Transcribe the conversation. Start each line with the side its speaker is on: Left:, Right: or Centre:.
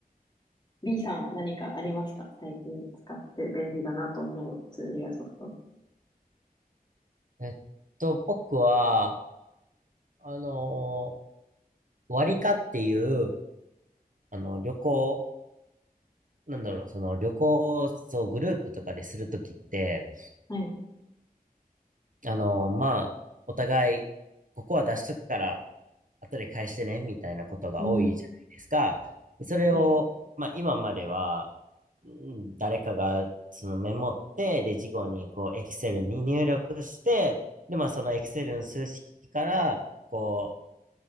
Left: B さんは何かありますか最近使って便利だなと思うツールやソフト。
Right: えっと、僕は、あの割りかっていう、あの、旅行、なんだろう、その旅行をそうグループとかでするときって、
Left: はい
Right: あのまあ、お互い、ここは出しとくから、後で返してね、みたいなことが多いじゃないですか。
Left: うん。
Right: でそれを、
Left: はい。
Right: まあ今までは、うん誰かがそのメモって、で、事後にこう、エクセルに入力して、で、まあそのエクセルの数式から、こう、